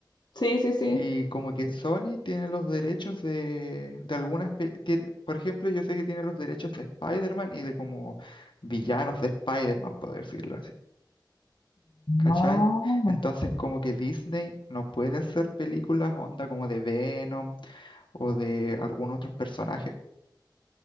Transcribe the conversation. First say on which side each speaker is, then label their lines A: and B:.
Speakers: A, on the left; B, on the left.
A: Sí, sí, sí.
B: Y como que Sony tiene los derechos de, de algunas, pe- tiene, por ejemplo, yo sé que tiene los derechos de Spider-Man y de como villanos de Spider-Man, por decirlo así, ¿cachai?
A: Ah.
B: Entonces como que Disney no puede hacer películas onda como de Venom o de algún otro personaje.